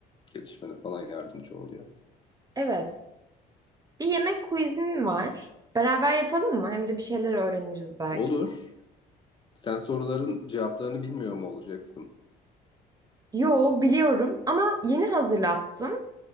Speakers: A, on the left; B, on the right.
A: gelişmene falan yardımcı oluyor.
B: Evet. Bir yemek quizim var. Beraber yapalım mı? Hem de bir şeyler öğreniriz belki.
A: Olur. Sen soruların cevaplarını bilmiyor mu olacaksın?
B: Yo, biliyorum ama yeni hazırlattım